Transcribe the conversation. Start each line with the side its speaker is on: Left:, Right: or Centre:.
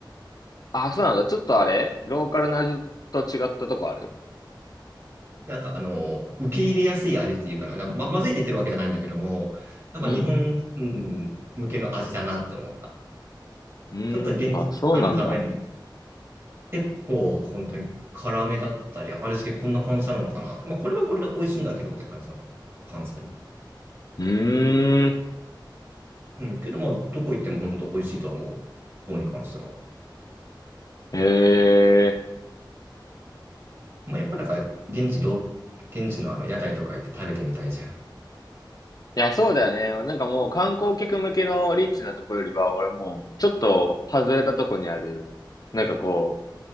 Left: あ、そうなんだ。ちょっとあれローカルな味と違ったとこある
Right: う。なんか、あの、受け入れやすい味っていうかな。なま、まずいって言ってるわけじゃないんだけども、やっぱ日本人向けの味だなって思った。
Left: うん。うーん。
Right: ちょっと現地で食べる
Left: あ、そうなんだ。
Right: 結構本当に辛めだったり、味付けこんな感じなのかなって。まあこれはこれで美味しいんだけどって感じの感想。
Left: うーん。
Right: うん。けどまあどこ行っても本当美味しいとは思う。方に関しては。
Left: へえ。
Right: まあやっぱなんか現地ロ現地のあの屋台とか行って食べてみたいじゃん。
Left: いや、そうだよね。なんかもう観光客向けのリッチなとこよりは、俺もう、ちょっと外れたとこにある、なんかこ